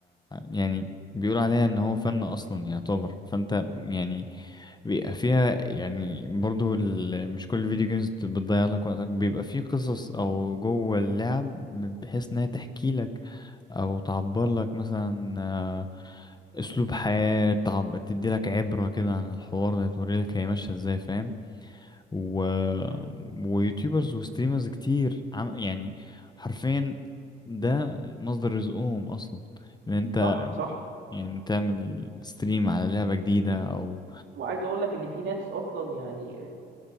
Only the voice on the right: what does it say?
م-
صح صح
وعايز اقول لك ان في ناس اصلا يعني